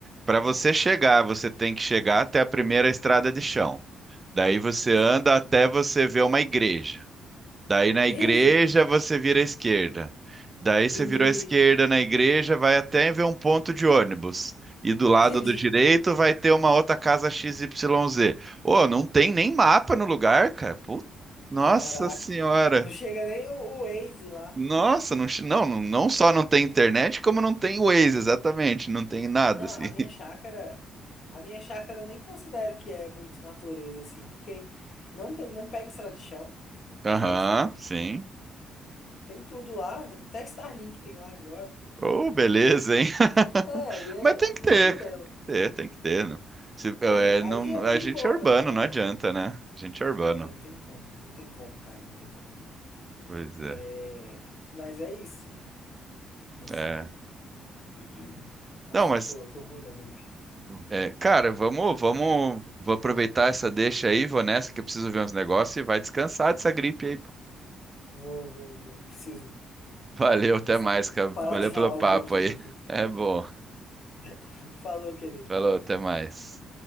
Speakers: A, on the right; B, on the left.
A: para você chegar, você tem que chegar até a primeira estrada de chão. Daí você
B: Sim.
A: anda até você ver uma igreja. Daí na
B: Vige!
A: igreja você vira à esquerda. Daí você
B: Entendi!
A: virou à esquerda na igreja, vai até ver um ponto de ônibus. E do lado
B: Entendi!
A: do direito vai ter uma outra casa X Y Z. Ô, não tem nem mapa no lugar, cara. Put- Nossa
B: Caraca!
A: senhora.
B: Não chega nem o, o Waze lá.
A: Nossa, não, chi- não, não não só não tem internet, como não tem Waze, exatamente. Não tem nada,
B: Não,
A: assim.
B: a
A: <laughs>
B: minha chácara. A minha chácara eu nem considero que é muito natureza, assim, porque não, tem- não pega estrada de chão, é
A: Aham,
B: tudo asfalto.
A: sim.
B: Tem tudo lá, até Starlink tem lá agora.
A: Ô, beleza, hein?
B: É, e é,
A: Mas tem
B: é
A: que
B: bem
A: ter,
B: Nutella.
A: cara, tem que ter, tem que ter. Não. Se, é,
B: Tem. Aí
A: não,
B: é mais
A: a gente
B: de boa
A: é urbano,
B: pra ir pra lá,
A: não adianta,
B: né?
A: né? A gente é urbano.
B: É, não tem como. Não tem como, cara. Não tem como.
A: Pois é.
B: É... Mas é isso. Assim.
A: É.
B: <clears throat> Nossa,
A: Não, mas,
B: eu tô, eu tô ruim da gripe.
A: é, cara, vamos, vamos, vou aproveitar essa deixa aí, vou nessa que eu preciso ver uns negócios e vai descansar dessa gripe aí, pô.
B: Vou, vou, vou. Preciso
A: Valeu, até
B: passar...
A: mais, cara.
B: parar
A: Valeu
B: de falar
A: pelo papo
B: um pouquinho
A: aí.
B: aqui.
A: É bom.
B: <laughs> Falou, querido.
A: Falou, até mais.